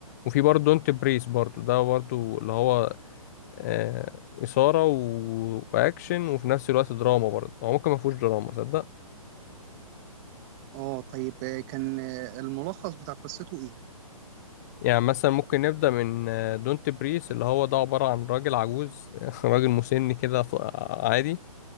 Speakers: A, on the left; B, on the right.
A: وفي برضه دونت بريس برضه ده برضه اللي هو آه، إثارة و... وأكشن وفي نفس الوقت دراما برضه هو ممكن ما فيهوش دراما صدق
B: اه طيب آه كان آه الملخص بتاع قصته ايه
A: يعني مثلا ممكن نبدأ من دونت بريس اللي هو ده عبارة عن راجل عجوز <laughs> راجل مسن كده ف- عادي